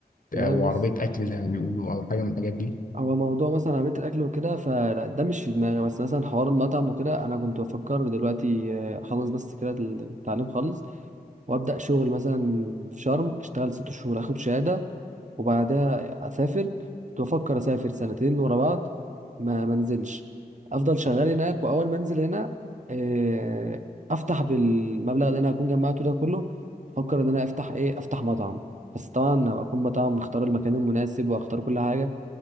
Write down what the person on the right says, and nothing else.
والله
بص
هو موضوع مثلا عربية الأكل وكده فلا ده مش في دماغي بس مثلا حوار المطعم وكده أنا كنت بفكر دلوقتي آه، أخلص بس كده التعليم خالص وأبدأ شغل مثلا في شرم أشتغل ست شهور أخد شهادة وبعدها أسافر كنت بفكر أسافر سنتين ورا بعض ما منزلش أفضل شغال هناك وأول ما أنزل هنا آه، أفتح بالمبلغ اللي أنا هكون جمعته ده كله أفكر إن أنا أفتح إيه أفتح مطعم بس طبعا أبقى أكون مطعم مختار المكان المناسب وأختار كل حاجة